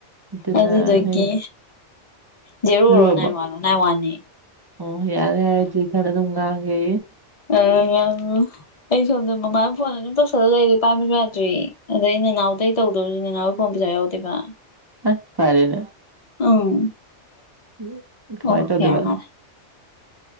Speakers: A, on the right; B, on the left.
A: ꯑꯗꯨꯅ
B: ꯑꯗꯨꯗꯒꯤ
A: ꯑꯩ
B: ꯖꯦꯔꫭꯔꯣ
A: ꯂꯣꯏꯔꯕꯣ
B: ꯅꯥꯏꯟ ꯋꯥꯟꯂꫭ ꯅꯥꯏ ꯋꯥꯟꯅꯦ
A: ꯑꯣ ꯌꯥꯔ ꯍꯥꯏꯇꯔꯤ ꯊꯔ ꯑꯗꯨꯒꯥꯡꯪꯦ
B: ꯑ ꯌꯥ ꯑꯩꯁꯨꯗꯔꯃꯃ ꯐꯣꯟ ꯑꯗꯨꯝ ꯇꯧꯁꯂ ꯂꯩꯔꯤ ꯄꯥꯃꯤꯁꯨ ꯌꯥꯗ꯭ꯔꯤ ꯑꯗꯩ ꯅꯅꯥꯎꯗꯩ ꯇꯧꯗꯧꯁꯤ ꯅꯅꯥꯎꯒꯤ ꯐꯣꯟ ꯄꯩꯁꯥ ꯌꯥꯎꯗꯦꯕ
A: ꯑ ꯐꯔꯅꯦ
B: ꯑꯝ
A: ꯀꯃꯥꯏꯅ
B: ꯑꯣ
A: ꯇꯧꯗꯣꯏꯕ
B: ꯌꯥꯔ ꯃꯥꯔꯦ